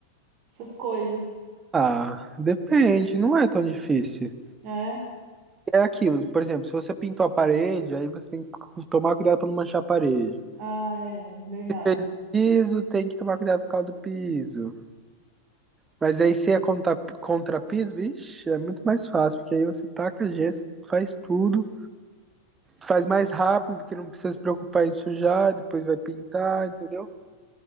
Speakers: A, on the right; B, on the right.
A: essas coisas,
B: Ah, depende, não é tão difícil.
A: né?
B: é aquilo. Por exemplo, se você pintou a parede, aí você tem que cu- tomar cuidado para não manchar a parede.
A: Ah, é, verdade.
B: Se fez o piso, tem que tomar cuidado por causa do piso. Mas aí se é contra, contra piso, vixe, é muito mais fácil, porque aí você taca gesso, faz tudo, faz mais rápido, porque não precisa se preocupar em sujar, depois vai pintar, entendeu?